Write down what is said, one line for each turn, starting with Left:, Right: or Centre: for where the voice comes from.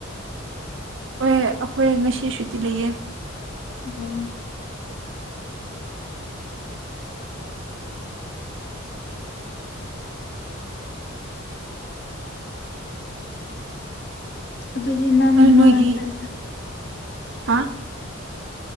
Right: ꯍꯣꯏꯌꯦ ꯑꯩꯈꯣꯏ ꯉꯁꯤ ꯁꯨꯇꯤ ꯂꯩꯌꯦ
Left: ꯑꯣ ꯑꯗꯨꯗꯤ ꯅꯪ
Right: ꯑꯗꯨ
Left: ꯅꯔꯥꯡ
Right: ꯅꯣꯏꯒꯤ
Left: ꯀꯔꯤ ꯀꯔꯥ
Right: ꯍꯥ